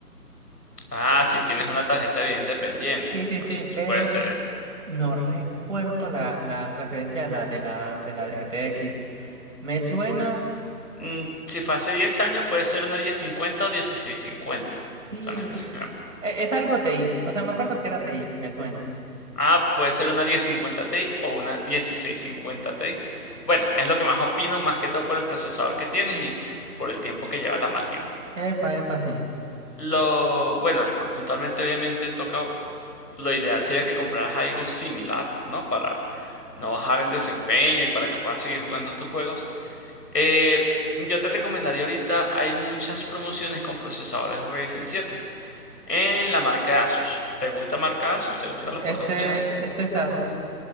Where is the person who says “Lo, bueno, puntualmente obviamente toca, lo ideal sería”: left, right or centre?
Left